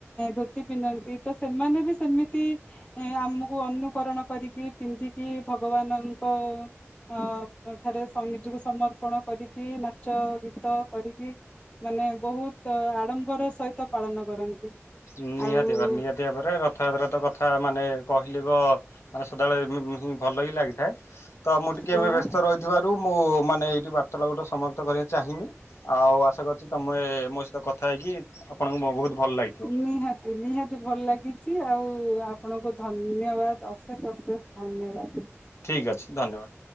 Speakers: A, on the left (about 25°); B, on the left (about 70°).
A: ଧୋତି ପିନ୍ଧନ୍ତି ତ ସେମାନେ ବି ସେମିତି ଏ ଆମକୁ ଅନୁକରଣ କରିକି ପିନ୍ଧିକି ଭଗବାନଙ୍କ ଅ ଠାରେ ସ ନିଜକୁ ସମର୍ପଣ କରିକି ନାଚ ଗୀତ କରିକି ମାନେ ବହୁତ୍ ଆଡ଼ମ୍ବର ସହି ହିତ ପାଳନ କରନ୍ତି।
B: ନିହାତି
A: ଆଉ
B: ଭାବରେ ନିହାତି ଭାବରେ ରଥଯାତ୍ରା ତ କଥା ମାନେ କହିଲେ ବ ମାନେ ସଦାବେଳେ ହଁ ଭଲ ହିଁ ଲାଗିଥାଏ। ତ ମୁଁ ଟିକେ
A: ହଁ
B: ଏବେ ବ୍ୟସ୍ତ ରହିଥିବାରୁ ମୁଁ ମାନେ ଏଇଠି ବା ର୍ତ୍ତାଳାପ ଟା ସମାପ୍ତ କରିବାକୁ ଚାହିଁବି। ଆଉ ଆଶା କରୁଚି ତମେ ମୋ ସହିତ କଥା ହେଇକି ଆପଣଙ୍କୁ ମୋ ବହୁତ୍ ଭଲ ଲାଗିଥିବ।
A: ନିହାତି ନିହାତି ଭଲ ଲାଗିଚି। ଆଉ ଆପଣଙ୍କୁ ଧନ୍ୟବାଦ ଅଶେଷ ଅଶେଷ ଧନ୍ୟବାଦ।
B: ଠିକ୍ ଅଛି ଧନ୍ୟବାଦ୍।